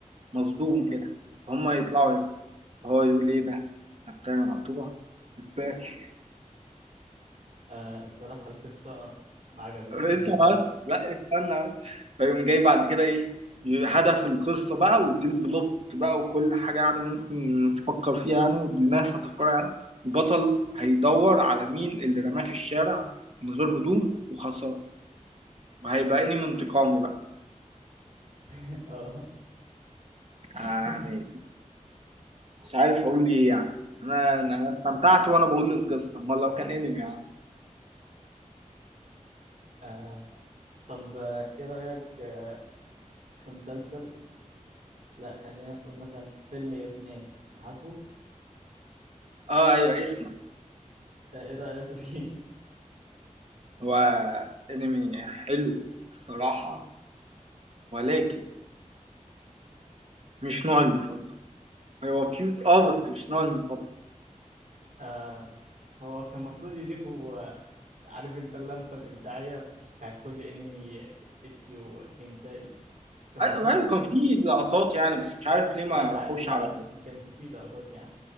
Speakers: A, on the right; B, on the right.
A: مصدوم كده هما يطلعوا يجروا هو يقول ايه ده أنا بتاعي مقطوع ازاي <laughs>
B: آه، الصراحة القصة ما عجبتنيش
A: اسمع
B: بالمرة
A: بس لا استنى بس فيقوم جاي بعد كده ايه هدف القصة بقى ودي البلوت بقى وكل حاجة يعني ممكن تفكر فيها يعني والناس هتتفرج عليها البطل هيدور على مين اللي رماه في الشارع من غير هدوم وخسارة وهيبقى انمي انتقامي بقى
B: <laughs> اه <laughs>
A: أنا يعني مش عارف اقول ايه يعني انا انا استمتعت وانا بقول القصة امال لو كان انمي يعني
B: آه، طب آه، ايه رأيك آه، في مسلسل لا خلينا نقول مثلا فيلم يور نيم عارفه
A: اه ايوه اسمع
B: آه، ايه رأيك فيه <laughs>
A: هو انمي حلو الصراحة ولكن مش نوعي المفضل هو كيوت اه بس مش نوعي المفضل
B: آه، هو كان المفروض يضيفوا عارف انت اللمسة الإبداعية بتاعت كل انمي اتشي وهينتاي كان
A: ايوه
B: المفروض
A: أيوة، كان في لقطات يعني بس مش عارف ليه ما
B: لا
A: راحوش
B: لا
A: على
B: ما كان- ما كانش فيه لقطات يا عم